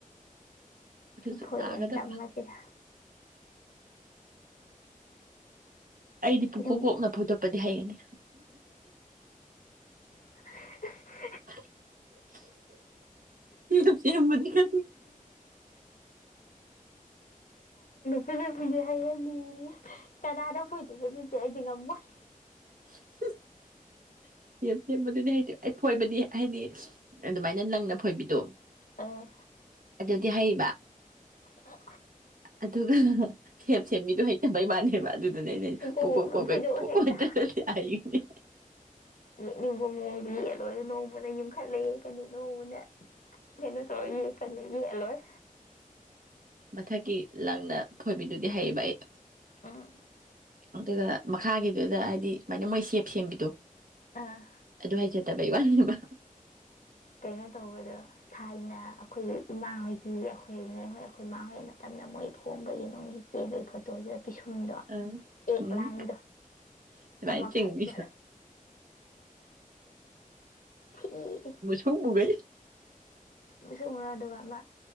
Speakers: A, on the right; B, on the left.
A: ꯑꯗꯨꯁꯨ
B: ꯆꯨꯝꯐꯣꯏꯕ
A: ꯅꯥꯒꯗꯕ
B: ꯇꯞ ꯃꯆꯦꯥ
A: ꯑꯩꯗꯤ
B: ꯄꯤꯁꯨꯝ
A: ꯄꯨꯡꯀꯣꯛ ꯀꯣꯛꯅ ꯐꯣꯏꯗꯣꯛꯄꯗꯤ ꯍꯩꯒꯅꯤ
B: <inaudible>
A: <inaudible> ꯁ ꯌꯥꯝ ꯃꯅꯤꯗ
B: ꯐꯖ ꯐꯗꯤꯦ ꯍꯥꯏꯔꯅꯤ ꯀꯅꯥꯗꯣ ꯐ ꯑꯗꯨꯗ ꯑꯗꯨꯗꯤ ꯑꯩꯗꯤ ꯉꯝꯃꯣꯏ
A: <inaudible> ꯁꯦꯝ ꯁꯦꯝꯕꯗꯨꯗꯤ ꯍꯥꯏꯗꯤ ꯑꯩ ꯐꯣꯏꯕꯗꯤ ꯍꯥꯏꯗꯤ ꯑꯗꯨꯃꯥꯏꯅ ꯅꯪꯅ ꯐꯣꯏꯕꯤꯗꯣ
B: ꯑꯥ
A: ꯑꯗꯨꯗꯤ ꯍꯥꯏꯔꯤꯕ
B: ꯑ
A: ꯑꯗꯨꯒ ꯈꯦꯞ ꯁꯦꯝꯕꯤꯗꯣ ꯍꯩꯇꯕꯩ ꯃꯥꯅꯦꯕ ꯑꯗꯨꯗꯨꯅꯦ ꯑꯩꯅ
B: ꯎꯪꯈꯣꯛ
A: ꯄꯨꯀꯣꯛ
B: ꯈꯣꯡꯅ
A: ꯀꯣꯛꯈꯩ
B: ꯐꯣꯏꯗꯣꯛꯑꯣ
A: ꯄ
B: ꯍꯦꯛꯇ
A: ꯍꯥꯏꯈꯤꯅꯤ
B: ꯌꯦꯛꯅꯤꯡꯕ ꯃꯑꯣꯡꯗ ꯌꯦꯛꯂꯣꯏ ꯅꯣꯡꯃꯗ ꯌꯨꯝꯈꯠꯂ ꯌꯦꯛꯀꯅꯤ ꯅꯣꯡꯃꯅ ꯀꯩꯅꯣ ꯇꯧꯔ ꯌꯦꯛꯀꯅꯤ ꯌꯦꯛꯂꯣꯏ
A: ꯃꯊꯒꯤ ꯂꯪꯅ ꯐꯣꯏꯕꯤꯗꯨꯗꯤ ꯍꯩꯌꯦꯕ ꯑꯩ
B: ꯑꯥ
A: ꯑꯗꯨꯒ ꯃꯈꯥꯒꯤꯗꯨꯗ ꯍꯥꯏꯗꯤ ꯁꯨꯃꯥꯏꯅ ꯃꯣꯏ ꯁꯦꯞ ꯁꯦꯝꯕꯤꯗꯣ
B: ꯑꯥ
A: ꯑꯗꯨ ꯍꯥꯏꯖꯗꯕꯩ ꯋꯥꯕ
B: ꯀꯩꯅꯣ ꯇꯧꯕꯗꯣ ꯊꯥꯏꯅ ꯑꯩꯈꯣꯏꯒꯤ ꯏꯃꯥ ꯍꯣꯏꯒꯤ ꯑꯩꯈꯣꯏꯣꯏ ꯑꯩꯈꯣꯏ ꯃꯥꯥ ꯍꯣꯏ ꯃꯇꯝꯗ ꯃꯣꯏ ꯊꯣꯡꯝꯕꯒꯤ ꯅꯅꯨꯡꯒꯤ ꯀꯦꯕꯒꯤ ꯐꯣꯇꯣꯁ ꯄꯤꯁꯨꯝꯗꯣ
A: ꯑꯥ
B: ꯑꯦꯛ
A: ꯎꯝ
B: ꯂꯥꯏꯟꯗꯣ
A: ꯑꯗꯨꯃꯥꯏꯅ
B: ꯑꯃꯈꯛ
A: ꯆꯤꯡꯉꯤꯗꯣ
B: ꯀꯂ ꯍꯝ
A: ꯍꯃꯒꯩ
B: ꯃꯤꯁꯛ ꯎꯨꯔ ꯑꯗꯨꯒ ꯃꯥ